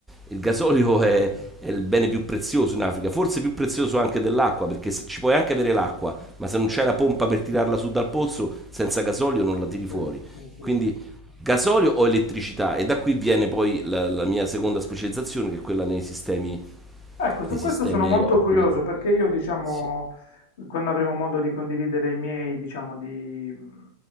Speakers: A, in the centre; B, on the left.
A: Il gasolio è, è il bene più prezioso in Africa, forse più prezioso anche dell'acqua, perché se- ci puoi anche avere l'acqua, ma se non c'è la pompa per tirarla su dal pozzo, senza gasolio non la tiri
B: Sì,
A: fuori.
B: sì, sì,
A: Quindi
B: sì.
A: gasolio o elettricità e da qui viene poi la, la mia seconda specializzazione che è quella nei sistemi,
B: Ecco, su
A: nei
B: questo
A: sistemi
B: sono molto
A: off-grid.
B: curioso perché io, diciamo,
A: Sì.
B: quando avremo modo di condividere i miei, diciamo, di, mm,